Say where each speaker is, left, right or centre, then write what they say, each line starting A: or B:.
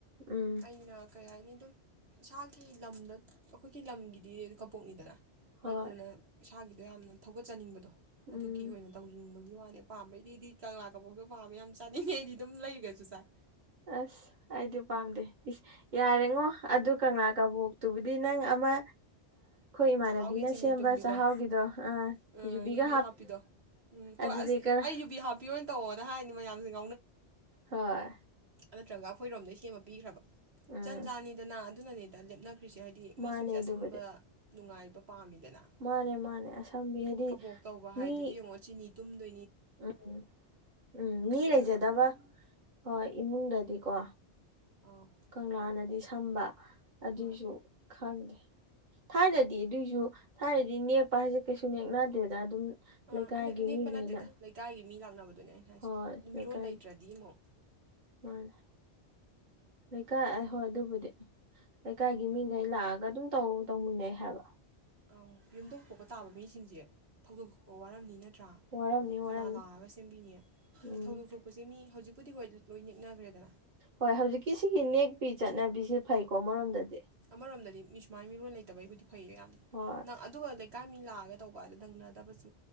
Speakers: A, on the right; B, on the right.
A: ꯎꯝ
B: ꯑꯩꯅ ꯀꯩ ꯍꯥꯏꯅꯤ ꯑꯗꯨꯝ ꯏꯁꯥꯒꯤ ꯂꯝꯗ ꯑꯩꯈꯣꯏꯒꯤ ꯂꯝꯒꯤꯗꯤ ꯀꯄꯣꯛꯅꯤꯗꯅ
A: ꯍꯣꯏ
B: ꯑꯗꯨꯗꯅ ꯏꯁꯥꯒꯤꯗꯣ ꯌꯥꯝꯅ ꯊꯧꯒꯠꯆꯅꯤꯡꯕꯗꯣ ꯑꯗꯨꯒꯤ
A: ꯎꯝ
B: ꯑꯣꯏꯅ ꯇꯧꯅꯤꯡꯕꯒꯤ ꯋꯥ ꯄꯥꯝꯕꯩꯗꯤ ꯀꯪꯂꯥ ꯀꯕꯣꯛꯗꯣ ꯄꯥꯝꯃꯦ ꯆꯥꯅꯤꯡꯉꯩꯗꯤ ꯑꯗꯨꯝ ꯂꯩꯈ꯭ꯔꯁꯨ ꯆꯥꯏ
A: ꯑꯁ ꯑꯩꯗꯤ ꯄꯥꯝꯗꯦ ꯌꯥꯔꯦꯉꯣ ꯑꯗꯨ ꯀꯪꯂꯥ ꯀꯕꯣꯛꯇꯨꯕꯨꯗꯤ ꯅꯪ ꯑꯃ ꯏꯃꯥꯟꯅꯕꯤꯅ
B: ꯆꯥꯛꯍꯥꯎꯒꯤ ꯆꯤꯅꯤ
A: ꯁꯦꯝꯕ
B: ꯇꯨꯝꯕꯤꯗꯣ
A: ꯆꯥꯛꯍꯥꯎꯒꯤꯗꯣ ꯑꯥ
B: ꯎ
A: ꯌꯨꯕꯤꯒ
B: ꯌꯨꯕꯤ ꯍꯥꯞꯄꯤꯗꯣ ꯎꯝ ꯍꯣꯏ
A: ꯑꯗꯨꯗꯤ
B: ꯑꯁ
A: ꯀꯔ
B: ꯑꯩ ꯌꯨꯕꯤ ꯍꯥꯞꯄꯤꯌꯣ ꯇꯧꯑꯣꯅ ꯍꯥꯏꯅꯤ ꯃꯌꯥꯝꯁꯤꯡ
A: ꯍꯣꯏ
B: ꯅꯠꯇ꯭ꯔꯒ ꯑꯩꯈꯣꯏꯔꯣꯝꯗꯩ ꯁꯦꯝꯃ ꯄꯤꯈ꯭ꯔꯕ
A: ꯎꯝ
B: ꯖꯟꯖꯥꯅꯤꯗꯅ ꯅꯅꯦꯗ ꯂꯦꯞ ꯀꯈꯔꯤꯁꯦ ꯍꯥꯏꯗꯤ
A: ꯃꯥꯅꯦ
B: ꯃꯤꯁꯤꯡꯁꯦ
A: ꯑꯗꯨꯕꯨꯗꯤ
B: ꯑꯁꯝꯕ ꯅꯨꯡꯉꯥꯏꯕ ꯄꯥꯝꯃꯤꯗꯅ
A: ꯃꯥꯅꯦ ꯃꯥꯅꯦ ꯑꯁꯝꯕꯤ ꯍꯥꯏꯗꯤ
B: ꯀꯕꯣꯛ ꯇꯧꯕ
A: ꯃꯤ
B: ꯍꯥꯏꯗꯨꯗꯤ ꯌꯦꯡꯉꯛ ꯆꯤꯅꯤ ꯇꯨꯝꯗ
A: ꯎꯝ ꯎꯝ ꯃꯤ
B: ꯈꯣꯠꯅꯕ
A: ꯂꯩꯖꯗꯕ ꯍꯣꯏ ꯏꯃꯨꯡꯗꯗꯤꯀꯣ
B: ꯑꯧ
A: ꯀꯪꯂꯥ ꯅꯗꯤ ꯁꯝꯕ ꯑꯗꯨꯁꯨꯣ
B: ꯍꯣꯏ
A: ꯈꯪꯗꯦ ꯊꯥꯏꯅꯗꯤ ꯑꯗꯨꯏꯁꯨ ꯊꯥꯏꯅꯗꯤ ꯅꯦꯛꯄ ꯍꯥꯏꯁꯦ ꯀꯩꯁꯨ ꯅꯦꯛꯅꯗꯦꯗ ꯑꯗꯨꯝ
B: ꯑ
A: ꯂꯩꯀꯥꯏꯒꯤ
B: ꯅꯦꯛꯄ
A: ꯃꯤꯈꯩꯅ
B: ꯅꯠꯇꯦꯗ ꯂ ꯂꯩꯛꯥꯏ ꯃꯤ ꯂꯥꯛꯅꯕꯣ ꯑꯗꯨꯅꯦ ꯑꯩꯅ ꯍꯥꯏꯁ
A: ꯍꯣꯏ
B: ꯅꯨꯃꯤꯠꯔꯣꯜ
A: ꯂꯩꯀꯥꯏ
B: ꯂꯩꯇ꯭ꯔꯗꯤ ꯑꯃꯨꯛ
A: ꯃꯥꯅꯦ ꯂꯩꯀꯥꯏ ꯍꯣꯏ ꯑꯗꯨꯕꯨꯗꯤ ꯂꯩꯀꯒꯤ ꯃꯤꯒꯂꯒ ꯑꯗꯨ ꯇꯧ ꯇꯧꯃꯤꯟꯅꯩ ꯍꯥꯏꯕ
B: ꯑꯪ ꯌꯨꯝꯗ ꯄꯣꯛꯄ ꯇꯥꯕ ꯃꯤꯁꯤꯡꯁꯦ ꯊꯧꯗꯣꯛ ꯊꯣꯛꯄ ꯋꯥꯔꯝꯅꯤ ꯅꯠꯇ꯭ꯔꯥ
A: ꯋꯥꯔꯝꯅꯤ
B: ꯀꯅꯥ
A: ꯋꯥꯔꯝꯅꯤ
B: ꯂꯥꯛꯑꯒ ꯁꯦꯝꯕꯤꯅꯤ
A: ꯎꯝ
B: ꯊꯧꯗꯣꯛ ꯊꯣꯛꯄꯁꯦ ꯃꯤ ꯍꯧꯖꯤꯛ ꯑꯩꯕꯨꯗꯤ ꯍꯣꯏ ꯂꯣꯏ ꯅꯅꯤꯛꯅꯈ꯭ꯔꯦꯗꯅ
A: ꯍꯣꯏ ꯍꯧꯖꯤꯛꯀꯤ ꯁꯤꯒꯤ ꯅꯦꯛꯄꯤ ꯆꯠꯅꯕꯤꯁꯦ ꯐꯩꯀꯣ ꯑꯃꯔꯣꯝꯗꯗꯤ
B: ꯑꯃꯔꯣꯝꯗꯗꯤ ꯃꯤ ꯁꯨꯃꯥꯏ ꯃꯤꯔꯣꯣꯟ ꯂꯩꯇꯕꯒꯤꯕꯨꯗꯤ ꯐꯩꯌꯦ ꯌꯥꯝ
A: ꯍꯣꯏ
B: ꯅꯪ ꯑꯗꯨꯒ ꯏꯀꯥꯏ ꯃꯤ ꯂꯥꯛꯑꯒ ꯇꯧꯕ ꯑꯗꯣ ꯅꯪꯅꯗꯕꯁꯦ